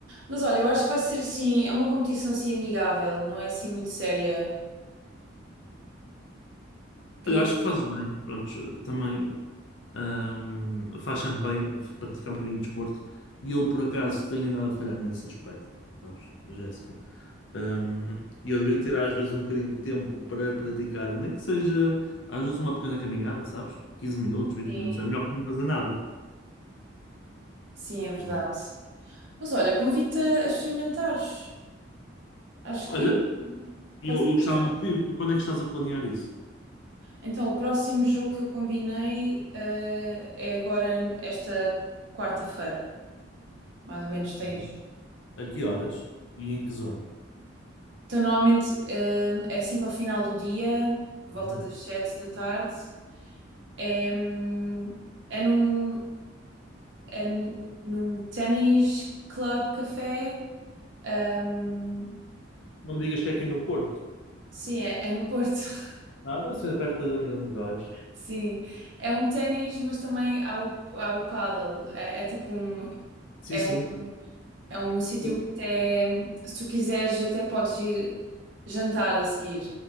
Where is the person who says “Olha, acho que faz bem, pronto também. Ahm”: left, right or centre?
Left